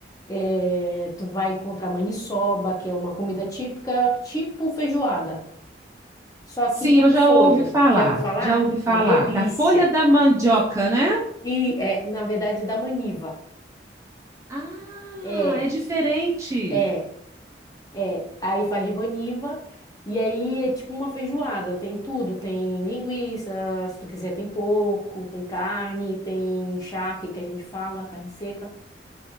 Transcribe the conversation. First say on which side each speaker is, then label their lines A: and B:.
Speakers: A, on the left; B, on the right.
A: É, tu vai encontrar maniçoba, que é uma comida típica, tipo feijoada. só
B: Sim,
A: que com
B: eu já
A: folha.
B: ouvi falar,
A: Já ouviu falar?
B: já ouvi falar
A: Uma delícia.
B: da folha da mandioca, né?
A: E é, na verdade, da maniva.
B: Ah,
A: É,
B: é diferente.
A: é, é. Aí faz de maniva. E aí é tipo uma feijoada, tem tudo, tem linguiça, se tu quiser tem porco, tem carne, tem charque que a gente fala, carne seca.